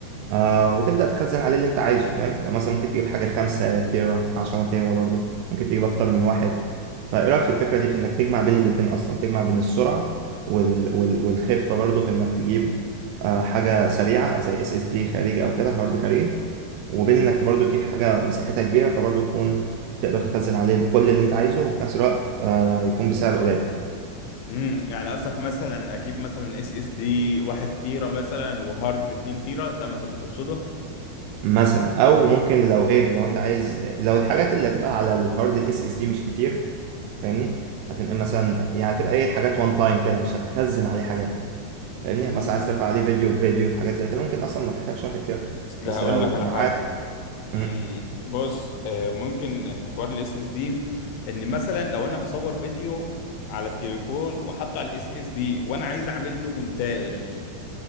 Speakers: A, on the right; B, on the left.
A: آه وتبدأ تخزن عليه اللي انت عايزه فاهم ده مثلا ممكن تجيب حاجة خمسة تيرا عشرة تيرا برضو ممكن تجيب أكتر من واحد فإيه رأيك في الفكرة دي في إنك تجمع بين الاتنين أصلا تجمع بين السرعة وال... وال... والخفة برضو في إنك تجيب آه حاجة سريعة زي اس اس دي خارجي أو كده هارد خارجي وبين إنك برضو تجيب حاجة مساحتها كبيرة فبرضو تكون تقدر تخزن عليه كل اللي انت عايزه وفي نفس الوقت آه يكون بسعر قليل
B: امم يعني قصدك مثلا اجيب مثلا اس اس دي واحد تيرة مثلا وهارد اتنين تيرة ده مثلا اللي تقصده
A: مثلا او ممكن لو ايه لو انت عايز لو الحاجات اللي هتبقى على الهارد الاس اس دي مش كتير فاهمني هتنقل مثلا يعني تبقى ايه حاجات وان تايم كده مش هتخزن عليه حاجات فاهمني
B: مم.
A: مثلا عايز ترفع عليه فيديو بفيديو حاجات زي كده ممكن اصلا ما تحتاجش واحد تيرا
B: اصل
A: بس
B: هقول
A: لو
B: لك على
A: معاك
B: حاجة
A: امم
B: مم. بص آه، ممكن في حوار الاس اس دي ان مثلا لو انا مصور فيديو على التليفون وحاطه على الاس اس دي وانا عايز اعمل له مونتاج